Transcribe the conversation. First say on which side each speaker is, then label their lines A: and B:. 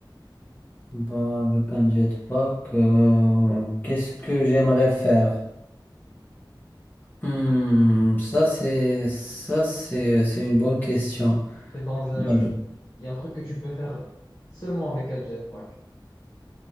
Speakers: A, on the left; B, on the left.
A: Bah, avec un jetpack, euh, qu'est-ce que j'aimerais faire? Hmm, ça c'est ça c'est c'est une bonne question.
B: C'est dans un
A: Moi,
B: jeu.
A: Je
B: Il y a un truc que tu peux faire seulement avec un jetpack.